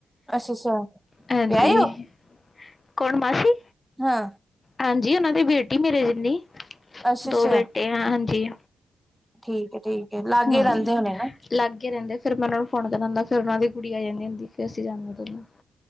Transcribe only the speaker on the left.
ਹਾਂਜੀ
ਕੌਣ ਮਾਸੀ
ਹਾਂਜੀ ਉਹਨਾਂ ਦੀ ਬੇਟੀ ਮੇਰੇ ਜਿੰਨੀ।
ਦੋ
ਬੇਟੇ ਆ ਹਾਂਜੀ
ਹੂੰ,
ਲਾਗੇ ਰਹਿੰਦੇ ਫਿਰ ਮੈਂ ਉਹਨਾਂ ਫੋਨ ਕਰਨਾ ਹੁੰਦਾ ਫਿਰ ਉਹਨਾਂ ਦੀ ਕੁੜੀ ਆ ਜਾਂਦੀ ਹੁੰਦੀ ਫੇਰ ਅਸੀਂ ਜਾਂਦੇ ਆ ਦੋਨੋ।